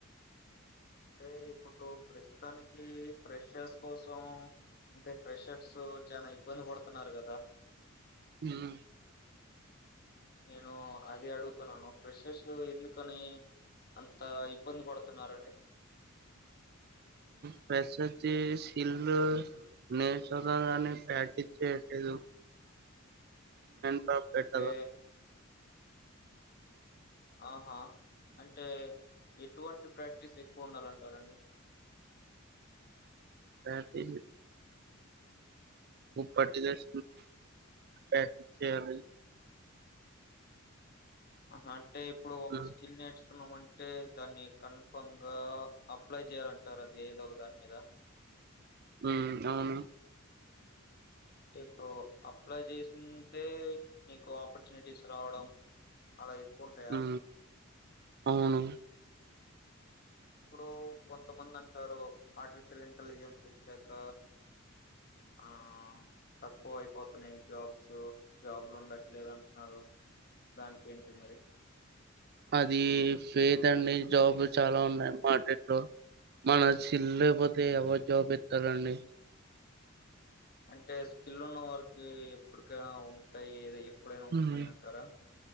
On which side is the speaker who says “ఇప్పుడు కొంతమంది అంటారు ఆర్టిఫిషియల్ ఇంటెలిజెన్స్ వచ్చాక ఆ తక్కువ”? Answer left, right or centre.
Left